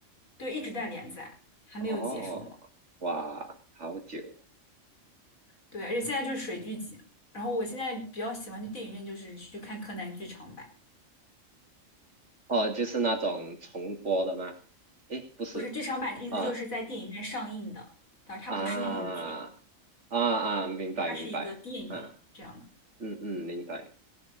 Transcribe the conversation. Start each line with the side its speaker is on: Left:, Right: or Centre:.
Left: 对，一直在连载，还没有结束呢。
Right: 哦，哇，好久，
Left: 对，而且现在就是水剧情。然后我现在比较喜欢去电影院，就是去看柯南剧场版，
Right: 哦，就是那种重播的吗？诶，不是，
Left: 不是剧场版的意思就是在电影院上映的，
Right: 啊
Left: 但是它不是那种剧集，
Right: 啊啊啊，明白明白，
Left: 它是一个电影这样的。
Right: 啊，嗯嗯，明白。